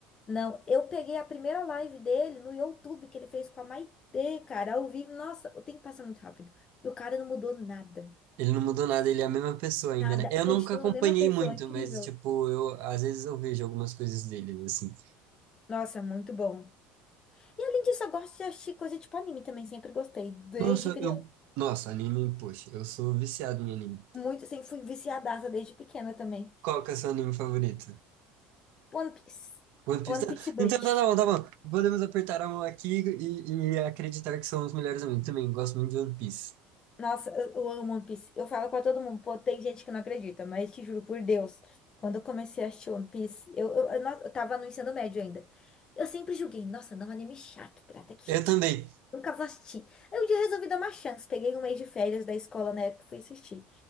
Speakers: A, on the left; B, on the right.
A: Não, eu peguei a primeira live dele no YouTube que ele fez com a Maitê, cara, ao vivo. Nossa, o tempo passa muito rápido. E o cara não mudou nada.
B: Ele não mudou nada, ele é a mesma pessoa ainda,
A: Nada.
B: né? Eu
A: Continua
B: nunca acompanhei
A: a mesma pessoa,
B: muito,
A: incrível.
B: mas tipo, eu às vezes eu vejo algumas coisas dele assim.
A: Nossa, muito bom. E além disso, eu gosto de assistir coisa tipo anime também, sempre gostei, desde
B: Nossa,
A: criança.
B: eu Nossa, anime, poxa, eu sou viciado em anime.
A: Muito, sempre fui viciadaça desde pequena também.
B: Qual que é o seu anime favorito?
A: One Piece.
B: One Piece.
A: One
B: Tá,
A: Piece e Bleach.
B: Então tá, tá bom, tá bom. Podemos apertar a mão aqui e, e acreditar que são os melhores amigos. Também gosto muito de One Piece.
A: Nossa, eu, eu amo One Piece. Eu falo pra todo mundo, pô, tem gente que não acredita, mas te juro por Deus, quando eu comecei a assistir One Piece, eu, eu, eu não- eu tava no ensino médio ainda. Eu sempre julguei, nossa, não, é um anime chato, pirata que estica.
B: Eu também.
A: Nunca vou assistir. Aí um dia eu resolvi dar uma chance, peguei um mês de férias da escola na época e fui assistir.